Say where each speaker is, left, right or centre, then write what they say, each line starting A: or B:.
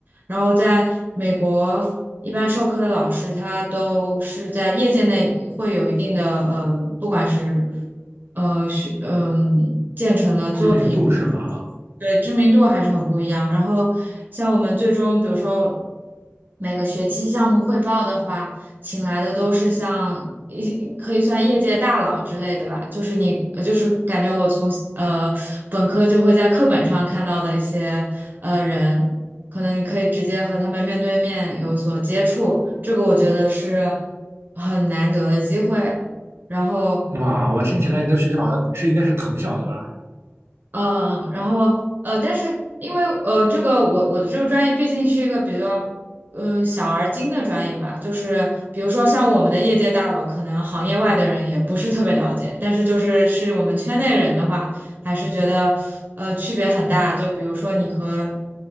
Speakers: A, on the right; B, on the right.
A: 然后在美国，一般授课的老师他都是在业界内会有一定的嗯，不管是呃学嗯建成的作品。
B: 知名度是吗？啊，
A: 对，知名度还是很不一样。然后像我们最终，比如说每个学期项目汇报的话，请来的都是像一可以算业界大佬之类的吧，就是你呃就是感觉我从呃本科就会在课本上看到的一些呃人，可能你可以直接和他们面对面有所接触，这个我觉得是很难得的机会。然后
B: 哇，我听起来你的学校好像是应该是藤校，对吧？
A: 嗯，呃然后呃，但是因为呃，这个我我的这个专业毕竟是一个比较嗯小而精的专业吧，就是比如说像我们的业界大佬，可能行业外的人也不是特别了解，但是就是是我们圈内人的话，还是觉得呃区别很大。就比如说你和